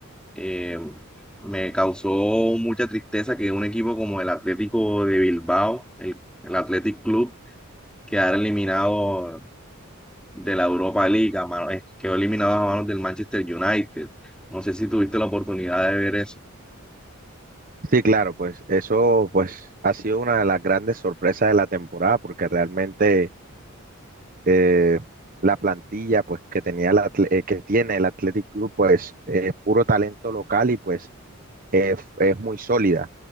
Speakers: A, in the centre; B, on the right.
A: eh, me causó mucha tristeza que un equipo como el Atlético de Bilbao, el, el Athletic Club, quedara eliminado de la Europa League, a mano- eh, quedó eliminado a manos del Manchester United. No sé si tuviste la oportunidad de ver eso.
B: Sí, claro, pues eso pues ha sido una de las grandes sorpresas de la temporada porque realmente eh, la plantilla pues que tenía el atle- eh, que tiene el Athletic Club pues eh, es puro talento local y pues es es muy sólida